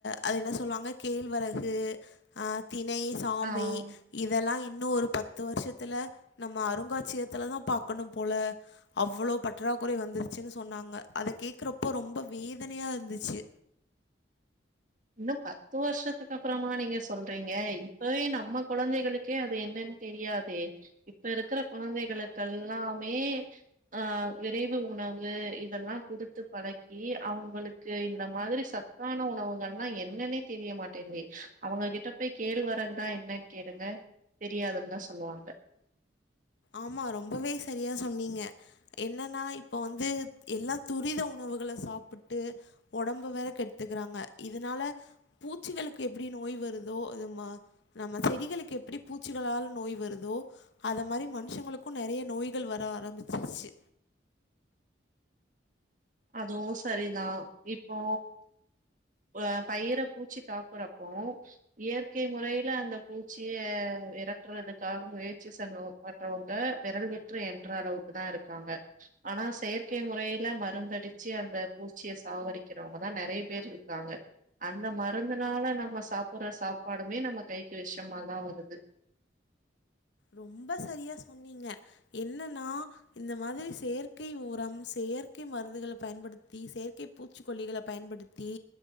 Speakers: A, on the left (about 70°); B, on the right (about 45°).
A: அது என்ன சொல்வாங்க கேழ்வரகு ஆ திணை சாமம
B: ஆ
A: இதெல்லா இன்னு ஒரு பத்து வருஷத்துல நம்ம அருங்கா ட்சியத்துலதா பாக்கணும் போல அவ்வளோ பற்றாக்குறை வந்துருச்சுன்னு சொன்னாங்க அத கேக்குறப்போ ரொம்ப வேதனையா இருந்துச்சு
B: இன்னும் பத்து வருஷத்துக்கு அப்புறமா நீங்க சொல்றீங்க இப்பவே நம்ம கொழந்தைகளுக் கே அது என்னன் தெரியாதே இப்ப இருக்கிற குழந்தைகளுக்கெல்லாமே ஆ விரைவு உணவு இதெல்லா கேடுத்து பழக்கி அவுங்களுக்கு இந்த மாதிரி சத் த்தான உணவுகள் னா என்னன்னே தெரிய மாட்டேன்து அவங்க கிட்ட போய் கேள்வரகுனா என்னன் கேளுங்க தெரியாதுன் தா சொல்லுவாங்க
A: ஆமா ரொம்பவே செரியா சொன்னீங்க என்னன்னா இப்ப வந்து எல்லா துரித உணவுகள சாப்புட்டு ஒடம்ப வேற கெட்த்துக்கிறாங்க இதுனால பூச்சிகளுக்கு எப்டி நோய் வருதோ அது மா நம்ம செடிகளுக்கு எப்டி பூச்சிகளால் நோய் வருதோ அதம் மாரி மனுன்ஷங்களுக்கு நெறைய நோய்கள் வர ஆரம்மிச்சிருச்சு
B: அதுவு செரிதா இப்போ அ தத்துவத்தை ல் பயிர பூச்சி தாக்குறப்போ இயற்கை முறையில அந்த பூச்சிய வெரட்டுறதுக்காக முயற்சி செஞ்னோ மட்றவ்ங்க வெரல் விட்ரு என்ற அளவுக்கு தா இருக்காங்க ஆனா செயற்கை முறையில மருந்த அடிச்சு அந்த பூச்சிய சாவடிக்கிறவ்ங்கதா நெறைய பேர் இருக்காங்க அந்த மருந்துனால நம்ம சாப்புட்ற சாப்பாடுமே நம்ம கைக்கு வெஷமாதா வருது
A: ரொம்ப சரியா சொன்னீங்க என்னன்னா இந்த மாதிரி செயற்கை உரம் செயற்கை மருந்துகள பயன்படுத்தி செயற்கை பூச்சிக்கொல்லிகளப் பயன்படுத் த்தி